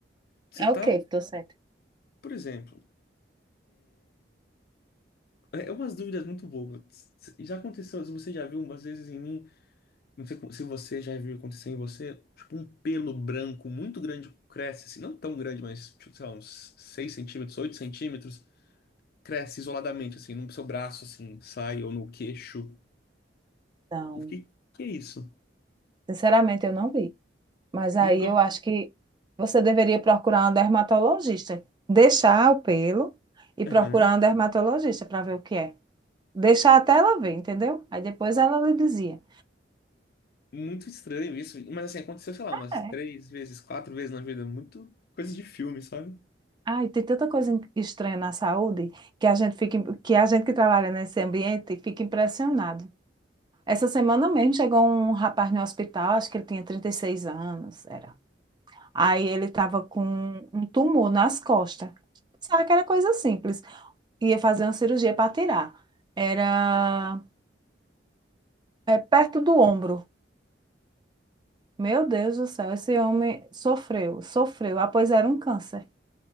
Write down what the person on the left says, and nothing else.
Você
tá.
Por exemplo, é é umas dúvidas muito bobas. Já aconteceu, você já viu umas vezes em mim? Não sei como- se você já viu acontecer em você, tipo, um pelo branco muito grande cresce, assim, não tão grande, mas, tipo, sei lá, uns 6 centímetros, 8 centímetros, cresce isoladamente, assim, no seu braço, assim, sai ou no queixo.
O que que é isso?
Nunca.
Aham.
Muito estranho isso, mas assim, aconteceu, sei lá, umas
três vezes, quatro vezes na vida, muito coisa de filme, sabe?